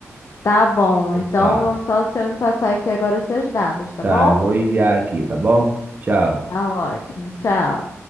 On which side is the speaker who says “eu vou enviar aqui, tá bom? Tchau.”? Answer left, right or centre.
Right